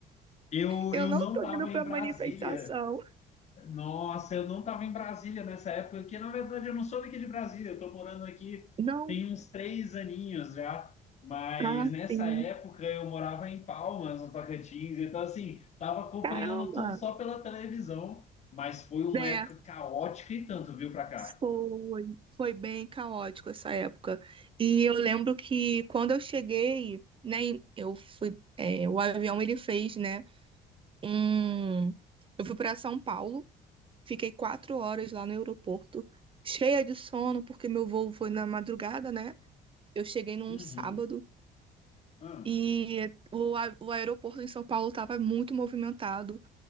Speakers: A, on the left; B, on the right.
A: eu,
B: eu
A: eu
B: não
A: não
B: tô
A: estava
B: indo pra
A: em Brasília
B: manifestação.
A: Nossa, eu não estava em Brasília nessa época, porque na verdade eu não sou daqui de Brasília, eu estou morando aqui
B: Não
A: tem uns três aninhos já, mas
B: tá assim.
A: nessa época eu morava em Palmas, no Tocantins, então assim, estava acompanhando
B: Caramba!
A: tudo só pela televisão, mas foi uma
B: É,
A: época caótica e tanto, viu, pra cá.
B: foi, foi bem caótico essa época. E eu lembro que quando eu cheguei, né, em- eu fui, é, o avião ele fez, né, um, eu fui para São Paulo. Fiquei quatro horas lá no aeroporto, cheia de sono, porque meu voo foi na madrugada, né? Eu cheguei num
A: Uhum.
B: sábado
A: Ah.
B: e o, a- o aeroporto em São Paulo estava muito movimentado.